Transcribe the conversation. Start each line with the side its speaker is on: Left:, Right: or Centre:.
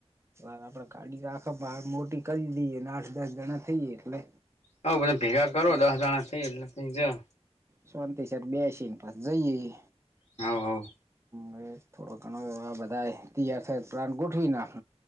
Right: આપડે ગાડી રાખ બાર મોટી કરી દઈએને આઠ દસ જણા થઈએ એટલે.
Left: હ બધ ભેગા
Right: શાંતિ
Left: કરો દસ જણા થઇ એટલે ક જા.
Right: શાંતિસર બેસીને પાસે જઈએ.
Left: હ હવ.
Right: હ થોડો ઘણો એ આ બધા તૈયાર થ પ્લાન ગોઠવી નાખ